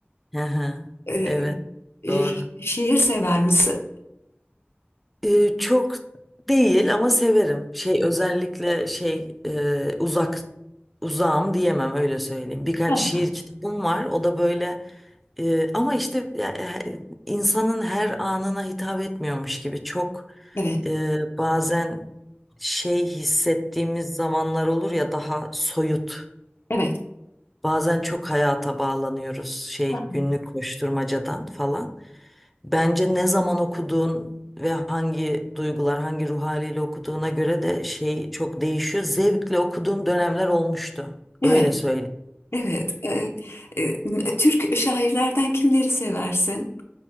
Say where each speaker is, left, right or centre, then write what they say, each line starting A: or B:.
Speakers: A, in the centre; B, on the left.
A: Hı hı.
B: E,
A: Evet,
B: e,
A: doğru.
B: şiir sever misin?
A: Ee, çok değil ama severim. Şey özellikle şey e, uzak uzağım diyemem öyle söyleyeyim. Birkaç
B: Ha,
A: şiir kitabım var. O da böyle e, ama işte ya, e, he- insanın her anına hitap etmiyormuş gibi çok
B: Evet,
A: e, bazen şey hissettiğimiz zamanlar olur ya daha soyut.
B: evet,
A: Bazen çok hayata bağlanıyoruz şey
B: ha.
A: günlük koşturmacadan falan. Bence ne zaman okuduğun ve hangi duygular, hangi ruh haliyle okuduğuna göre de şey çok değişiyor. Zevkle okuduğum dönemler olmuştu.
B: evet,
A: Öyle söyleyeyim.
B: evet. E, e, Türk şairlerden kimleri seversin?